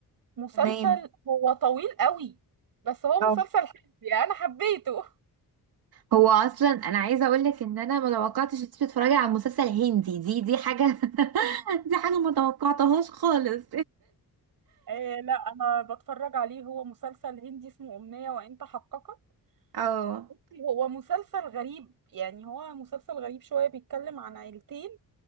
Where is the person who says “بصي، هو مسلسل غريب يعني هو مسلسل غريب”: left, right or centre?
Right